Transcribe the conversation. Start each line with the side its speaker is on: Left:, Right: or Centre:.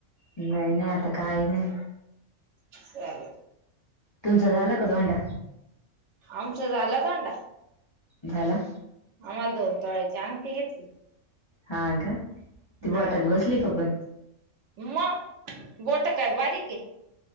Left: नाही नाही आता काही नाही
Right: चालेल
Left: तुमचं झालं का धोंडा
Right: आमचा झाला थोंडा
Left: झाला
Right: आम्हाला दोन तोळ्याची अंगठी घेतली
Left: हा का ती
Right: हा
Left: बोटात बसली का पण
Right: मग बोट काय बारीक आहे